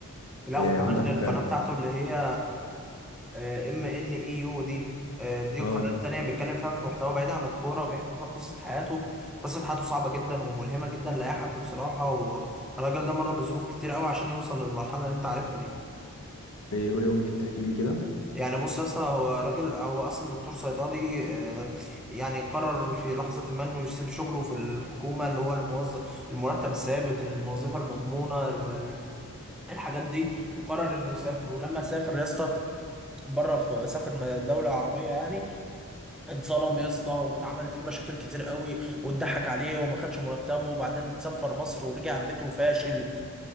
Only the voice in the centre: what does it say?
لا
وكمان
القناه بتاعته اللي هي آه، ام ان اي يو دي آه، دي
قناه تانية بيتكلم فيها في محتوى بعيد عن الكوره وبيحكي فيها قصه حياته قصه حياته صعبه جدا وملهمه جدا لاي حد بصراحه والراجل ده مر بظروف كتير قوي عشان يوصل للمرحله اللي انت عارفها دي
يعني بص يا اسطى هو راجل هو اصلا دكتور صيدلي آه، يعني قرر في لحظه ما انه يسيب شغله في الحكومه اللي هو الموظف المرتب الثابت الوظيفه المضمونه الم- الحاجات دي وقرر انه يسافر ولما سافر يا اسطى بره في سافر م- دولة عربية يعني اتظلم يا اسطى واتعمل فيه مشاكل كتير قوي واتضحك عليه وما خدش مرتبه وبعدين اتسفر مصر ورجع بيته فاشل